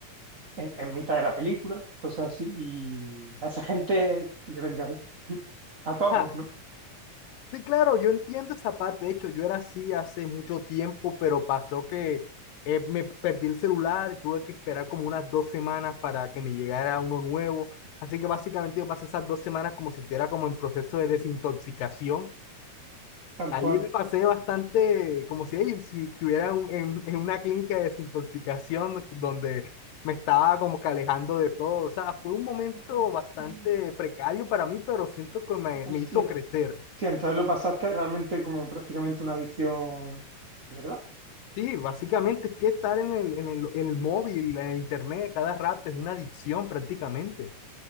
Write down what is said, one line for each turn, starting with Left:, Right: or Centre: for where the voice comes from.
Right: en, en mitad de la película, cosas así, y a esa gente le vendría bien. A todos,
Left: Ja,
Right: ¿no?
Left: Sí, claro, yo entiendo esa parte. De hecho, yo era así hace mucho tiempo, pero pasó que eh, me perdí el celular y tuve que esperar como unas dos semanas para que me llegara uno nuevo. Así que básicamente yo pasé esas dos semanas como si estuviera como en proceso de desintoxicación
Right: Tal
Left: Ahí
Right: cual.
Left: me pasé bastante, como si, ey, si estuviera un- en, en una clínica de desintoxicación donde me estaba como que alejando de todo. O sea, fue un momento
Right: Hostia,
Left: bastante precario para mí, pero siento que me,
Right: hostia.
Left: me hizo crecer.
Right: Hostia, entonces lo pasaste realmente como prácticamente una adicción, ¿verdad?
Left: Sí, básicamente es que estar en el, en el, en el móvil, en el internet cada rato es una adicción prácticamente.